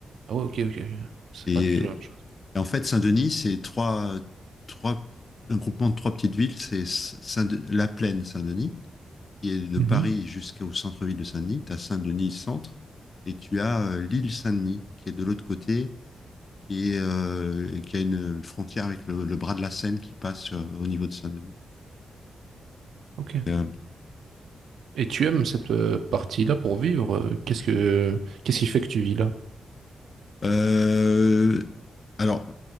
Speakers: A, on the right (about 80°); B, on the left (about 35°).
A: Ah ouais, ok, ok. ok. C'est
B: Et,
A: pas du tout la même chose.
B: Et en fait, Saint-Denis, c'est trois, trois, un groupement de trois petites villes. C'est Saint La Plaine, Saint-Denis, qui est de
A: Mhm.
B: Paris jusqu'au centre-ville de Saint-Denis. Tu as Saint-Denis centre et tu as euh, l'île Saint-Denis, qui est de l'autre côté, qui, est, euh, qui a une, une frontière avec le, le bras de la Seine qui passe euh, au niveau de Saint-Denis.
A: Ok.
B: Donc, euh,
A: Et tu aimes cette euh, partie-là pour vivre? euh, Qu'est-ce que qu'est-ce qui fait que tu vis là?
B: euh, alors,